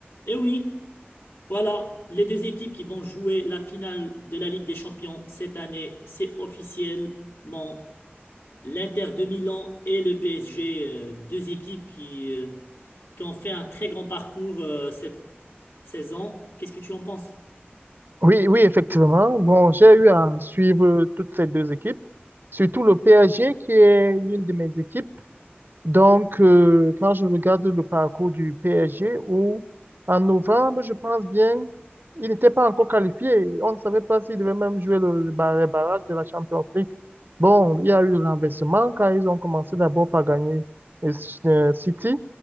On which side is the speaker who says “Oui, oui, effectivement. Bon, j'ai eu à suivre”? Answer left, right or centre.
Right